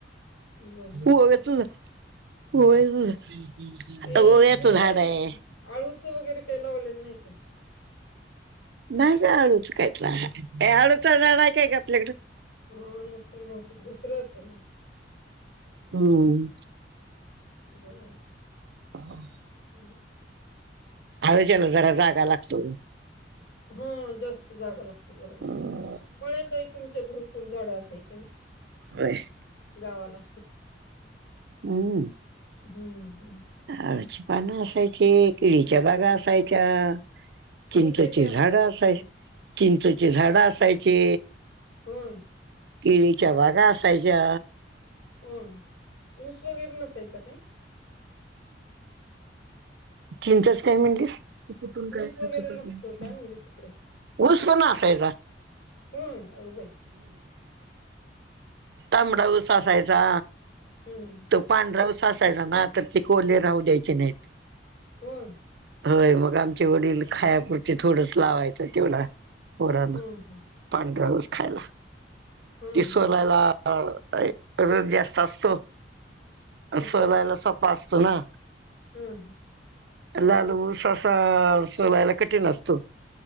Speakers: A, on the left; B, on the right.
A: बरं
B: ओवाचे ओव्याच
A: ते
B: आता ओव्याचं
A: हे
B: झाड
A: काय
B: आहे.
A: आळूचं वगैरे काही लावलेलं नाही काही,
B: नाही का आळूच कायच आळूचा जाडा काय का आपल्याकडं
A: हा नसेल बहतेिक दुसरं असेल हम
B: हम्म.
A: बर
B: ह
A: हम्
B: आळुच्याला जरा जागा लागतो.
A: हा जास्त जागा लागते बरोबर
B: हम्म,
A: आहे, बळ्यातई तुमच्यातभरपूर झाडं असायची ना.
B: होय.
A: गावाला
B: हम्
A: हम्म हम्म
B: आळूची पानं असायची केळीच्या बागा असायच्या. चिंचेची
A: आणि काय काय
B: झाड
A: असायचं
B: असाय,
A: तिकडे
B: चिंचेची झाड असायचे.
A: होय.
B: केळीच्या बागा असायच्या.
A: होय ऊस वगैरे नसायचा काय
B: चिंचेचे काय
A: तिकडे
B: म्हटलीस. ते कुठून खात
A: ऊस वगैरे
B: होतो.
A: नसतो काय म्हणले तिकडे
B: ऊस पण असायचा.
A: हो अग बाई.
B: ताबडा ऊस असायचा.
A: हम्म
B: पांढराव ससायचा ना आ तर ते कोले राहू द्यायचे नाहीत.
A: होय.
B: होय मग आमचे वडील खायापुरती थोडंच लावायचं तेवढ पोरानं
A: हं हं
B: पांढरा ऊस खायला
A: हं
B: ती सोलायला
A: हं हं
B: ह रोज जास्त असतो,
A: हं
B: सोलायला सोपा असतो ना
A: हा हां
B: लाल ऊस अस सोलायला कठीण असतो.